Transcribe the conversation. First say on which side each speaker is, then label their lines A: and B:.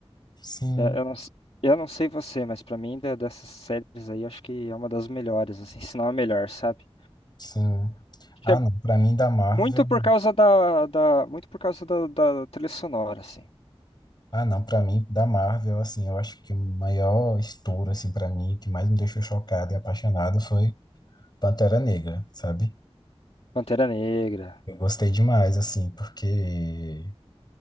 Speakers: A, on the left; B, on the left.
A: sim.
B: Eu, eu não, s- eu não sei você, mas pra mim, da- dessas séries aí, eu acho que é uma das melhores, assim, se não a melhor, sabe?
A: Sim.
B: Acho
A: Ah,
B: que é
A: não, para mim da Marvel,
B: muito por causa da, da, muito por causa da, da trilha sonora, assim.
A: ah, não, para mim da Marvel, assim, eu acho que o maior estouro assim para mim, que mais me deixou chocado e apaixonado foi Pantera Negra, sabe?
B: Pantera Negra.
A: Eu gostei demais assim, porque